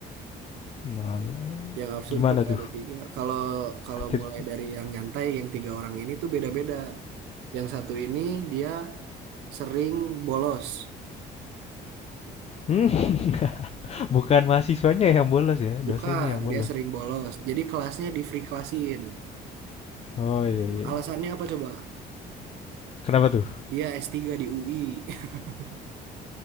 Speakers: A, on the left; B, on the right.
A: Malah
B: Yang absurd
A: gimana
B: tuh
A: tuh?
B: ada tiga. Kalau kalau
A: cerit
B: mulai dari yang nyantai, yang tiga orang ini tuh beda-beda. Yang satu ini dia sering bolos.
A: mmm, <laughs> bukan mahasiswanya yang bolos ya,
B: Bukan,
A: dosennya yang bolos.
B: dia sering bolos. Jadi kelasnya di free classin.
A: Oh, iya iya iya.
B: Alasannya apa coba?
A: Kenapa tuh?
B: Dia s tiga di UI, <laughs>